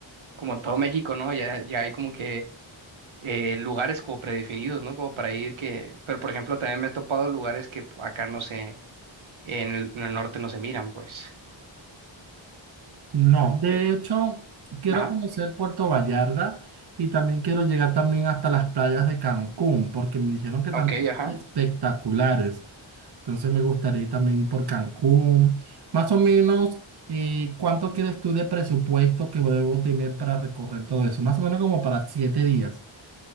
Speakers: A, on the right; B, on the right.
A: como en todo México, ¿no? Ya, ya hay como que eh, lugares como predefinidos, ¿no? Como para ir que, pero por ejemplo, también me he topado lugares que acá no sé En el, en el norte no se miran, pues.
B: No,
A: Eh,
B: de hecho, quiero
A: Ajá,
B: conocer Puerto Vallarta y también quiero llegar también hasta las playas de Cancún, porque me dijeron que también
A: ok, ajá.
B: son espectaculares. Entonces me gustaría ir también ir por Cancún. Más o menos, eh, ¿cuánto crees tú de presupuesto que debo tener para recorrer todo eso? Más o menos como para siete días.